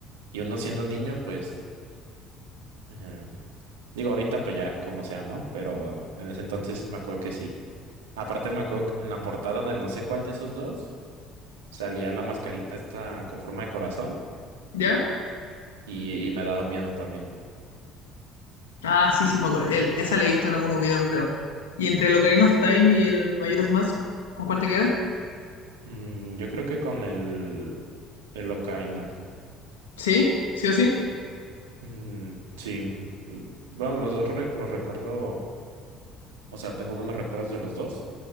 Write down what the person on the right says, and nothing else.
y uno siendo niño, pues, eh, digo, ahorita pues ya, como sea, ¿no? Pero en ese entonces me acuerdo que sí. Aparte me acuerdo que en la portada de no sé cuál de esos dos salía la mascarita esta con forma de corazón
y, y me daba miedo también.
Mm, yo creo que con el, el Ocarina.
Mm, sí. L- Bueno, los dos re- los recuerdo. O sea, tengo buenos recuerdos de los dos,